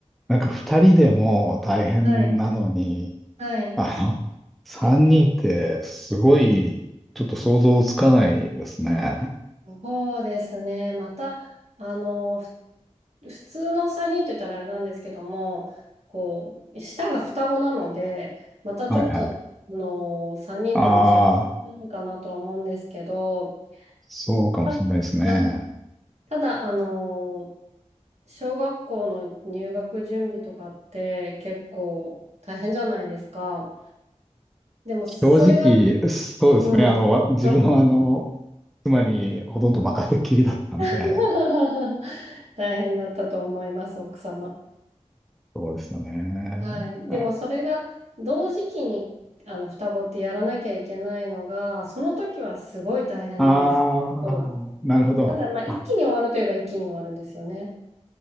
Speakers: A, in the centre; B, on the right (about 65°).
A: なんか二人でも大変なのに、
B: はい。はい。
A: あの、三人ってすごい、ちょっと想像つかないですね。
B: そうですね。また、あの、ふ普通の3人って言ったらあれなんですけども、こう、下が双子なので、またちょっと、
A: はいはい。
B: あの、3人でも違
A: ああ、
B: うかなとは思うんですけど、
A: そうかもしれないですね。
B: た、はい。ただ、あの、小学校の入学準備とかって結構大変じゃないですか。でも、それが、
A: 正直、そうですね。
B: うん。
A: あの、わ自分はあの、
B: そう
A: 妻にほとんど任せっきりだったんで、
B: <laughs> 大変だったと思います、奥様。
A: そうですよね。
B: はい。
A: あ、
B: でもそれが同時期にあの双子ってやらなきゃいけないのが、その時はすごい大変なんですけど、
A: あー、なるほど。
B: ただまあ一気に終わるといえば一気に終わるんですよね。
A: あ、